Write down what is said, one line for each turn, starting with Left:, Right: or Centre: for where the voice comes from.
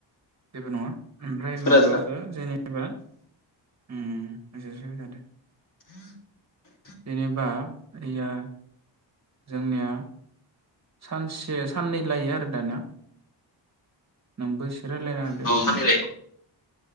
Right: जेबो नङा ओमफ्राय
Left: खोनादोंना
Right: माबाखो जेनेबा उम <unintelligible>
Left: <inaudible>
Right: जेनेबा <unintelligible> जोंनिया सानसे साननै लायो आरो दानिया नोंबो रायलायना होदो
Left: औ सानैलाय